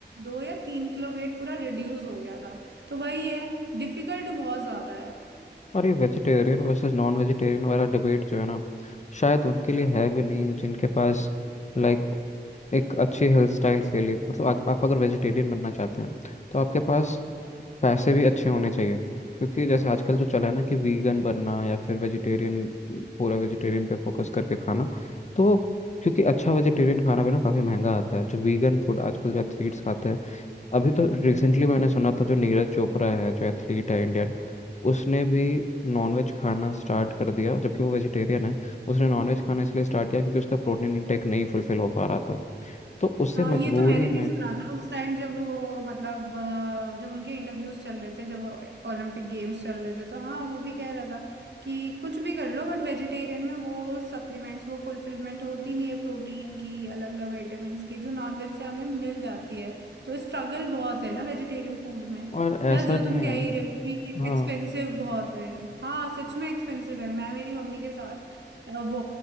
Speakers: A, on the right (about 75°); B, on the left (about 40°).
A: दो या तीन किलो वेट पूरा रिड्यूस हो गया था तो वही है डिफिकल्ट बहुत ज्यादा है
B: और ये वेजिटेरियन वर्सेस नॉन वेजिटेरियन वाला डिबेट जो है ना शायद उनके लिए है भी नहीं जिनके पास लाइक एक अच्छी हेल्थ स्टाइल के लिए मतलब आप, आप अगर वेजिटेरियन बनना चाहते हैं तो आपके पास पैसे भी अच्छे होने चाहिए क्योंकि जैसे आजकल जो चला है ना कि वीगन बनना या फिर वेजिटेरियन पूरा वेजिटेरियन पे फोकस करके खाना तो क्योंकि अच्छा वेजिटेरियन खाना भी ना काफ़ी महंगा आता है जो वीगन फूड आजकल जो एथलीट्स खाते हैं अभी तो रिसेंटली मैंने सुना था जो नीरज चोपड़ा है जो एथलीट है इंडियन उसने भी नॉनवेज खाना स्टार्ट कर दिया जबकि वो वेजिटेरियन है उसने नॉनवेज खाना इसलिए स्टार्ट किया क्योंकि उसका प्रोटीन इंटेक नहीं फुलफिल हो पा रहा था तो उससे
A: हाँ
B: मजबूरी
A: ये तो मैंने
B: में
A: भी सुना था उस टाइम जब वो मतलब अ, जब उनके इंटरव्यूज चल रहे थे जब ओलंपिक गेम्स चल रहे थे तो हाँ वो भी कह रहा था कि कुछ भी कर लो बट वेजिटेरियन में वो सप्लीमेंट्स वो फुलफिलमेंट होती नहीं है प्रोटीन की अलग अलग विटामिन्स की जो नॉनवेज से हमें मिल जाती है तो स्ट्रगल बहुत है ना वेजिटेरियन फूड में
B: और ऐसा
A: प्लस जो
B: नहीं
A: तुम
B: है
A: कह ही रहे हो कि
B: हाँ
A: एक्सपेंसिव बहुत है हाँ सच में एक्सपेंसिव है मैं मेरी मम्मी के साथ अ, वो